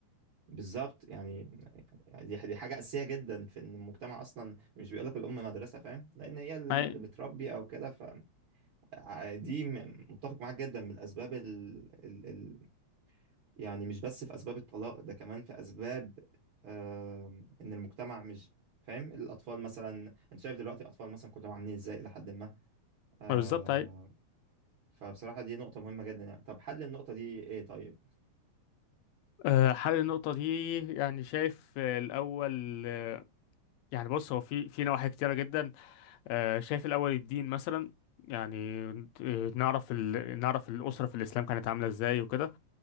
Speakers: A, on the right; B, on the left.
A: بالظبط يعني دي دي حاجة أساسية جدا في إن المجتمع أصلا مش بيقولك الأم مدرسة فاهم لأن هي اللي
B: أي
A: بتربي أو كده فدي متفق معاك جدا من الأسباب ال... ال... ال... يعني مش بس في أسباب الطلاق ده كمان في أسباب آم، إن المجتمع مش فاهم الأطفال مثلا أنت شايف دلوقتي الأطفال مثلا كلهم عاملين إزاي إلى حد ما آه،
B: ما بالظبط أي
A: فبصراحة دي نقطة مهمة جدا يعني طب حل النقطة دي إيه طيب؟
B: أه، حل النقطة دي يعني شايف أه، الأول أه، يعني بص هو في في نواحي كتيرة جدا أه، شايف الأول الدين مثلا يعني أه، نعرف ال... نعرف الأسرة في الإسلام كانت عاملة إزاي وكده